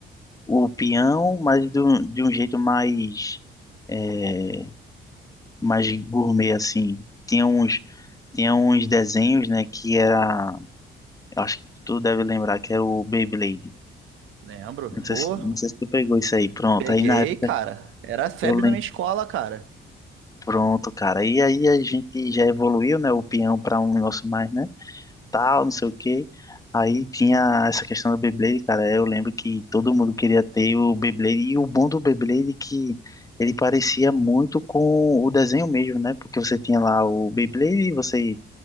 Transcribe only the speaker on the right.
Lembro,
ô,
peguei,
cara. Era febre
na minha escola, cara.